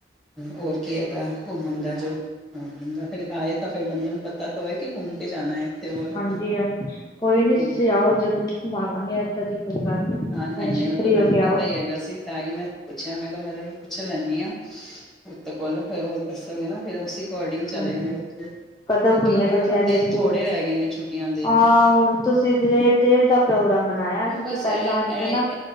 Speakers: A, in the centre; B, on the left.
A: ਹੋਰ ਕੀ ਹੈਗਾ ਘੁੰਮਣ ਦਾ ਜੋ? ਹੋ ਬੰਦਾ ਫਿਰ ਆਏ ਤਾਂ ਫਿਰ ਬੰਦੇ ਨੂੰ ਪਤਾ ਤਾਂ ਹੋਏ, ਕਿ ਘੁੰਮ ਕੇ ਜਾਣਾ ਹੈ ਇੱਥੇ ਹੋਰ
B: ਹਾਂਜੀ-ਹਾਂਜੀ ਕੋਈ
A: ਹਮ,
B: ਨੀ ਤੁਸੀਂ ਆਓ ਜਰੂਰ ਘੁਮਾਵਾਂਗੇ, ਏਦਾਂ ਦੀ ਕੋਈ ਗੱਲ ਨੀ।
A: ਹਾਂ ਨਈ-ਨਈ
B: ਟੈਸ਼ਨ
A: ਉਹ
B: ਫਰੀ
A: ਤਾਂ ਮੈਨੂੰ
B: ਹੋ ਕੇ
A: ਪਤਾ
B: ਆਓ
A: ਈ ਹੈਗਾ ਸੀ, ਤਾਂ ਈ ਮੈਂ ਪੁੱਛਿਆ ਮੈਂ ਕਿਹਾ ਪੈ ਲੇ ਮੈ ਪੁੱਛ ਲੈਂਨੀ ਆ। ਤ ਕੋਲ ਫੇਰ ਉਹ ਦੱਸੋਗੇ, ਨਾ ਫਿਰ ਉਸ ਅਕੋਰਡਿੰਗ ਚਲੇ
B: ਹਾਂ,
A: ਜਾ ਬੱਚੇ
B: ਕਦੋਂ
A: ਕਿਉਂਕਿ
B: ਖੁੱਲਣੇ
A: ਉਹ ਇਹ
B: ਬੱਚਿਆਂ
A: ਨਾ ਹੁਣ ਦਿਨ
B: ਦੇ ਸਕੂਲ,
A: ਥੋੜੇ ਰਹਿ ਗਏ ਨੇ ਛੁੱਟੀਆਂ ਦੇ
B: ਆਹ ਹੁਣ ਤੁਸੀਂ ਦੇਰ ਦੇਰ ਤ ਪ੍ਰੋਗਰਾਮ ਬਨਾਇਆ, ਤੁਸੀਂ
A: ਬਸ
B: ਪੈਲਾਂ
A: ਇਹ
B: ਆਂਦੇ
A: ਇਹ
B: ਨਾ।
A: ਇਹ